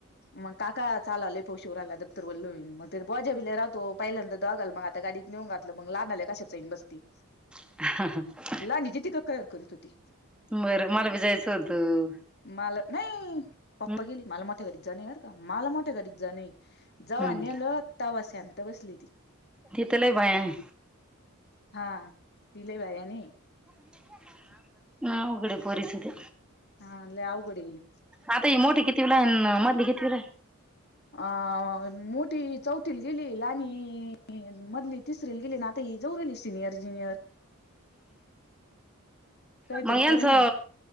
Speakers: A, on the left; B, in the centre.
A: मग काका चा लले पो शिवराला <unintelligible> बोजा बी लय तो पहिल्यानंतर दघाल मग आता गाडीत नेऊन घातलं मग लहान आल्या कशाचाईन बस्तील.
B: रिकामा ऑडिओ
A: लाहनीच्या <unintelligible> करीत होती.
B: बरं मला बी जायचं होतं.
A: मला नाही पप्पा
B: हम्म
A: गेली मला मोठ्या गाडीत जाणे बर का मला मोठ्या गाडीत जाणे. जवा
B: हम्म
A: नेहल तवा शांत बसली ती.
B: तिथं लय भयान आहे
A: हा तिले भारी आहे नि..
B: रिकामा ऑडिओ
A: रिकामा ऑडिओ
B: ह उघडे पोरी सत.
A: हा लय अवघड आहे.
B: आता ही मोठी कितवी ला हाय मधली कितवीत?
A: अ मोठी चौथीत गेली लहानी.. मधली तिसरीत गेली ना आता ही जाऊ सिनियर जिनियर. काहीतरी
B: मग ह्यांचं..
A: कर नाही